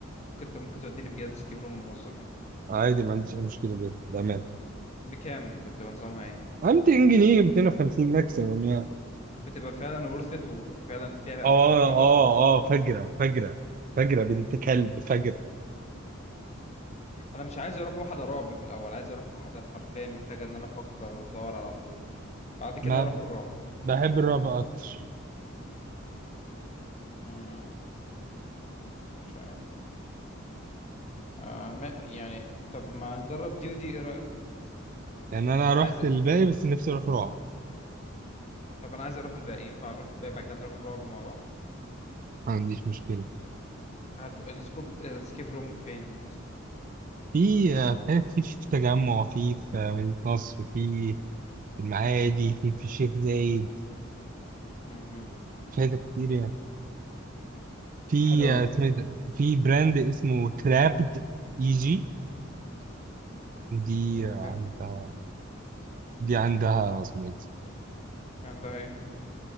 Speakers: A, on the left; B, on the right.
A: ممكن أنت ممكن توديني بجد سكيب روم ما بهزرش
B: عادي ما عنديش اي مشكله بجد بامان
A: بكام بتبقى نظامها إيه
B: 200 جنيه 250 ماكسيمم يعني
A: بتبقى فعلا ورثت وفعلا فيها
B: اه
A: أفكار حلوة
B: اه اه فجرة فجرة فجرة بنت كلب فجرة
A: انا مش عايز اروح واحده رعب في الاول عايز اروح واحده حرفيا محتاجه ان انا افكر وادور على حلول بعد كده
B: ما
A: اروح
B: ب-
A: الرعب
B: بحب الرعب اكتر
A: امم مش عارف آه ما يعني طب ما نجرب دي ودي ايه رايك
B: يعني انا
A: بس انا
B: رحت
A: عايز
B: الباقي بس نفسي اروح رعب
A: طب انا عايز اروح الباقي ينفع نروح الباقي بعد كده نروح الرعب مع بعض
B: ما عنديش مشكلة
A: هات السكوب السكيب روم فين مثلا
B: في آه، في حاجات كتير في التجمع في في آه، مدينة نصر في في المعادي في في الشيخ زايد
A: امم
B: في حاجات كتير يعني في
A: حلو أوي
B: آه،
A: اوكي
B: اسمه إيه ده في براند اسمه كرابد جي دي
A: اوكي
B: عندها دي عندها اسمه ايه ده؟
A: عندها ايه